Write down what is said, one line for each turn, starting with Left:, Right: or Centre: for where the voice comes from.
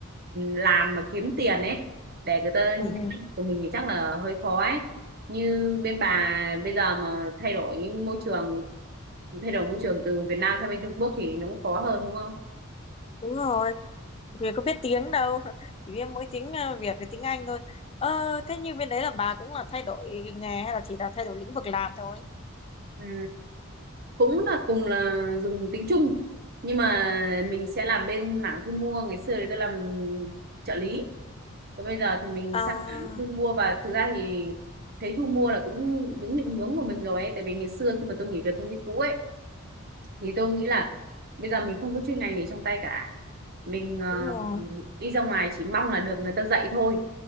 Right: làm mà kiếm tiền ấy để người ta nhìn
Left: Ừ.
Right: thấy năng lực của mình thì chắc là hơi khó ấy như bên bà bây giờ mà thay đổi môi trường thay đổi môi trường từ Việt Nam sang bên Trung Quốc thì nó cũng khó hơn đúng không
Left: đúng rồi Vì có biết tiếng đâu, <laughs> chỉ biết mỗi tiếng ờ, Việt với tiếng Anh thôi. Ờ, thế như bên đấy là bà cũng là thay đổi nghề hay là chỉ là thay đổi lĩnh vực làm thôi?
Right: Ừ, cũng là cùng là dùng tính chung nhưng mà mình sẽ làm bên mảng thu mua ngày xưa thì tôi làm trợ lý còn bây giờ thì mình
Left: À,
Right: sang mảng thu mua và thực ra thì thấy thu mua là cũng đúng định hướng của mình rồi ấy tại vì ngày xưa khi mà tôi nghỉ việc công ty cũ ấy thì tôi nghĩ là bây giờ mình không có chuyên ngành gì trong tay cả mình ờ,
Left: đúng rồi,
Right: đi ra ngoài chỉ mong là được người ta dạy thôi